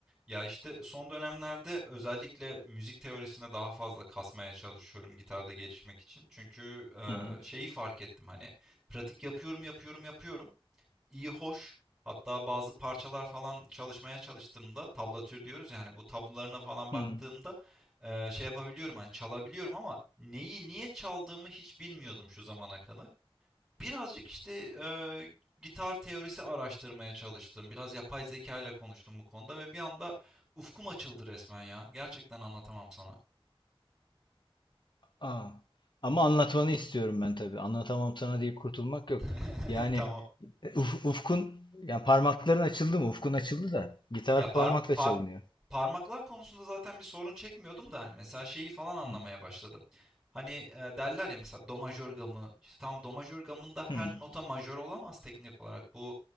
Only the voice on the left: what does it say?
Hı hı.
Hı. hı.
Aa. Ama anlatmanı istiyorum ben tabii. Anlatamam sana diye kurtulmak yok.
Yani
e, uf- ufkun yani parmakların açıldı mı? Ufkun açıldı da gitar
parmakla
çalınıyor.
Hı.
Hı.